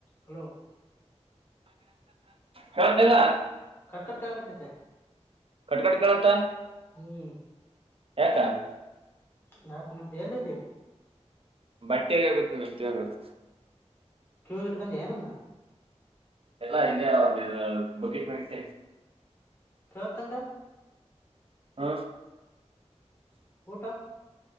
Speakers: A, on the left; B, on the right.
A: Hello
B: ಕವ ಇಿಲ್ಲ
A: ಕಟ್ಕ ಆಗತ್ತತೆ
B: ಕಟ್ಕಟ್ ಕಂತ
A: ಹ್ಮ್
B: ಹಕ್ಕ
A: ನಾಕ್ ನ ಎಲ್ಲಿದ್ದೀ
B: ಬಟ್ಟೆ ಆಗುತ್ತೆ ಬಟ್ಟೆಗಬೇಕ
A: ಕೆಿವಗಟಕೊಂಡ ಜನೆಾ
B: ಎಲ್ಲಾ ಇಯ ಒಂದ ಬಕಿಟ್ ಮಟ್ಟ
A: ಕೆವತ್ತಂಗ
B: ಹಾ
A: ಊಟಾ